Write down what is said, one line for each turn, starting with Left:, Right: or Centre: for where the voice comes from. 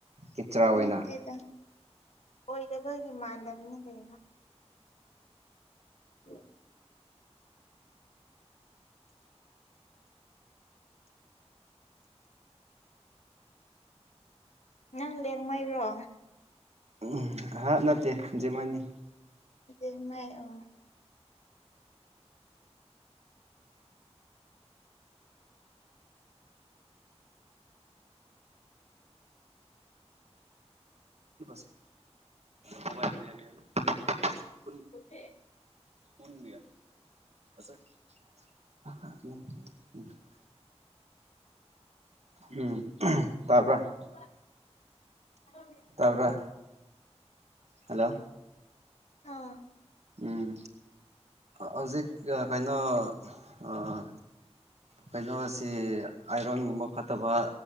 Right: ꯀꯦꯇ꯭ꯔꯥ ꯑꯣꯏꯅ
Left: ꯅꯠꯇꯦꯗ ꯑꯣꯏꯗꯕꯒꯤ ꯃꯥꯟꯗꯅꯤ ꯀꯩꯅꯣ꯫ <inaudible> ꯅꯪ ꯂꯦꯡꯉꯩꯔꯣ?
Right: ꯎꯝ ꯍꯥ ꯅꯇꯦ ꯖꯦꯡꯃꯥꯏꯅꯤ ꯫ <inaudible>
Left: ꯂꯦꯡꯃꯩ ꯑꯣ
Right: <unintelligible> <unintelligible> <unintelligible>
Left: <unintelligible>
Right: <unintelligible> ꯎꯝ ꯎꯝ ꯇꯥꯕꯔꯥ
Left: <unintelligible>
Right: ꯇꯥꯕꯔꯥ ꯍꯜꯂꯣ
Left: ꯑꯥ
Right: ꯎꯝ ꯍꯧꯖꯤꯛ ꯀꯩꯅꯣ ꯑꯥ ꯀꯩꯅꯣꯁꯤ ꯑꯥꯏꯔꯣꯟꯒꯨꯝꯕ ꯐꯠꯇꯕ